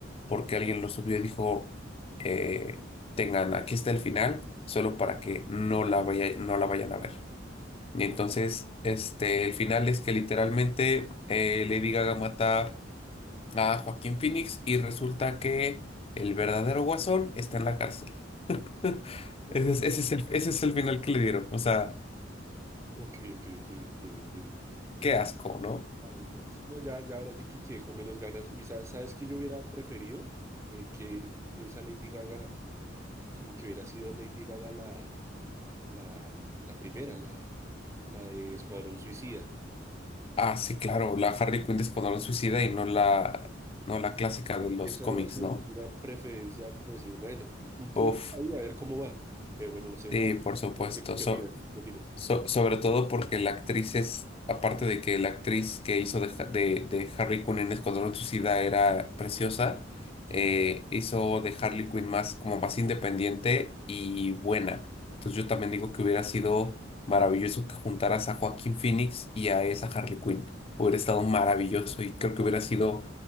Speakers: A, on the left; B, on the right.
A: porque alguien lo subió y dijo, eh, tengan, aquí está el final, solo para que no la vaya, no la vayan a ver. Y
B: Ok,
A: entonces, este, el final es que literalmente eh, Lady Gaga mata a Joaquín Phoenix y resulta que el verdadero Guasón está en la cárcel. <laughs>
B: oh,
A: Ese es, ese es el, ese es el final que le dieron. O sea,
B: ok, ok, ok, entiendo, entiendo.
A: Qué asco, ¿no?
B: Ay, no, sí, no, ya, ya ahora sí que quedé con menos ganas. Y sabes, sabes que yo hubiera preferido Eh, que esa Lady Gaga, como que hubiera sido Lady Gaga la, la, la primera, la, la de Escuadrón Suicida.
A: Ah, sí, claro, la Harley Quinn de Escuadrón Suicida y no la, no la clásica de los
B: Esa
A: cómics,
B: hubiera sido
A: ¿no?
B: como una preferencia, como decir, bueno, incluye
A: Uf,
B: ahí a ver cómo va. Pero bueno, no sé,
A: sí,
B: ¿tú,
A: por supuesto.
B: tú qué, qué
A: So-
B: opinas? ¿Qué opinas?
A: So- sobre todo porque la actriz es, aparte de que la actriz que hizo de, Ha- de, de Harley Quinn en Escuadrón Suicida era preciosa,
B: Sí,
A: eh, hizo de Harley Quinn más, como más independiente y buena. Entonces yo también digo que hubiera sido maravilloso que juntaras a Joaquín Phoenix y a esa Harley Quinn. Hubiera estado maravilloso y creo que hubiera sido,